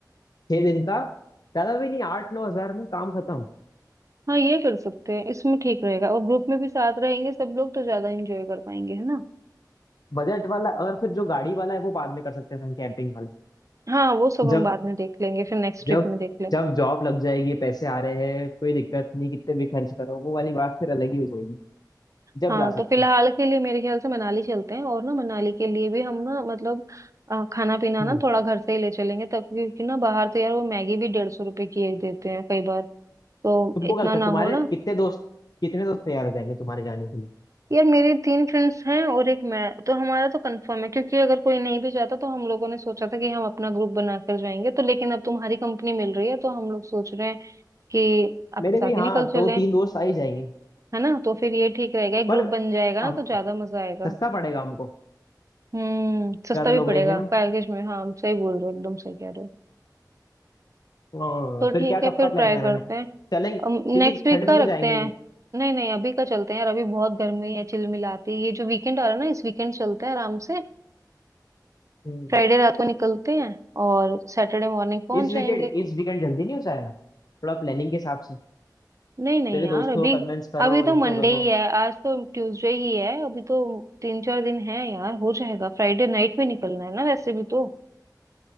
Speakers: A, on the left (about 65°); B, on the right (about 45°).
A: छह दिन का ज्यादा भी नहीं आठ नौ हजार में काम खत्म
B: हाँ ये कर सकते हैं इसमें ठीक रहेगा और ग्रुप में भी साथ रहेंगे सब लोग तो ज्यादा एंजॉय कर पाएंगे है ना
A: बजट वाला और फिर जो गाड़ी वाला है वो बाद में कर सकते हैं कैंपिंग वाले
B: हाँ वो सब
A: जब
B: हम बाद में देख लेंगे फिर नेक्स्ट ट्रिप
A: जब
B: में देख लेंगे
A: जब जॉब लग जाएगी पैसे आ रहे हैं कोई दिक्कत नहीं कितने भी खर्च करो वो वाली बात फिर अलग ही हो जाएगी जब
B: हाँ
A: जा सकते
B: तो फिलहाल
A: हैं
B: के लिए मेरे ख्याल से मनाली चलते हैं और ना मनाली के लिए भी हम ना मतलब अ, खाना पीना
A: हम्म
B: ना थोड़ा घर से ही ले चलेंगे तब क्योंकि ना बाहर तो यार वो मैगी भी डेढ़ सौ रुपए की एक देते हैं कई बार तो
A: तुमको
B: इतना
A: कल का
B: ना
A: तुम्हारे
B: हो ना
A: कितने दोस्त कितने दोस्त तैयार हो जाएंगे तुम्हारे जाने के लिए
B: यार मेरी तीन फ्रेंड्स हैं और एक मैं तो हमारा तो कंफर्म है क्योंकि अगर कोई नहीं भी जाता तो हम लोगों ने सोचा था कि हम अपना ग्रुप बनाकर जाएंगे तो लेकिन अब तुम्हारी कंपनी मिल रही है तो हम लोग सोच रहे हैं कि आपके
A: मेरे
B: साथ
A: भी हाँ
B: ही निकल चलें
A: दो तीन दोस्त आ ही जाएंगे
B: है ना तो फिर ये ठीक रहेगा एक
A: पर
B: ग्रुप बन जाएगा ना
A: हम
B: तो ज्यादा मजा आएगा
A: सस्ता पड़ेगा हमको
B: हम्म सस्ता
A: ज्यादा
B: भी
A: लोग
B: पड़ेगा
A: रहेंगे ना
B: पैकेज में हाँ आप सही बोल रहे हो एकदम सही कह रहे हो
A: हाँ
B: तो
A: फिर
B: ठीक
A: क्या कब
B: है फिर
A: का प्लान
B: ट्राई
A: बनाना
B: करते
A: है चलेंगे
B: हैं
A: क्योंकि
B: नेक्स्ट वीक
A: ठंड
B: का
A: में तो
B: रखते
A: जाएंगे
B: हैं
A: नहीं
B: नहीं नहीं अभी का चलते हैं यार अभी बहुत गर्मी है चिलमिलाती ये जो वीकेंड आ रहा है ना इस वीकेंड चलते हैं आराम से
A: हम्म,
B: फ्राइडे रात को निकलते हैं और सैटरडे मॉर्निंग पहुंच
A: इस
B: जाएंगे
A: वीकेंड इस वीकेंड जल्दी नहीं हो जाएगा थोड़ा प्लानिंग के हिसाब से
B: नहीं नहीं
A: पहले
B: यार
A: दोस्तों
B: अभी
A: को कन्विंस करो
B: अभी तो
A: इनको
B: मंडे
A: करो
B: ही है आज तो ट्यूसडे ही है अभी तो तीन चार दिन है यार हो जाएगा फ्राइडे नाइट में निकलना है ना वैसे भी तो